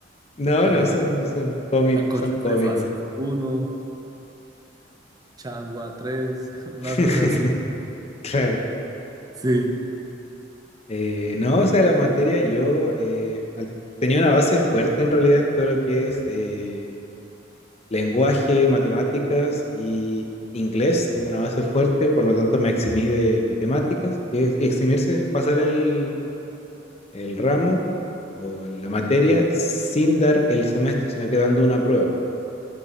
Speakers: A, on the left; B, on the right.
A: No,
B: Eh,
A: no, son, son cómicos,
B: Sancocho
A: son cómicos.
B: trifásico uno Changua tres <laughs> una
A: <laughs>
B: cosa así.
A: Claro.
B: Sí.
A: Eh, no, o sea, la materia, yo eh, al- tenía una base fuerte en realidad en todo lo que es eh, lenguaje, matemáticas y inglés. Tengo una base fuerte, por lo tanto me eximí de matemáticas, que es, y eximirse es pasar el, el ramo o la materia sin dar el semestre, sino que dando una prueba.